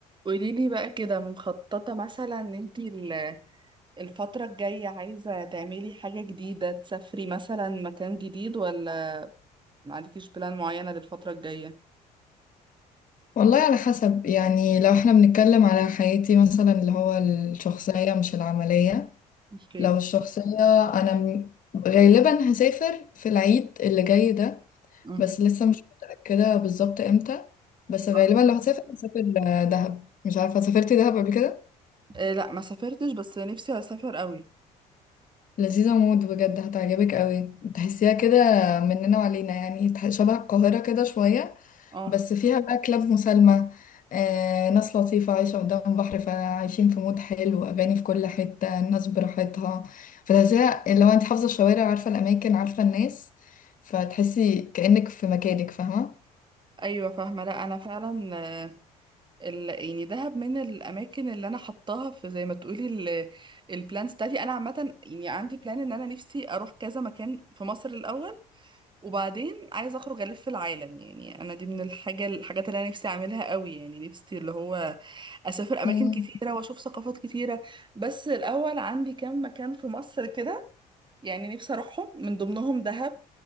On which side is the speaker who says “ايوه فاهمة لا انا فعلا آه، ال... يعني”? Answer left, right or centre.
Right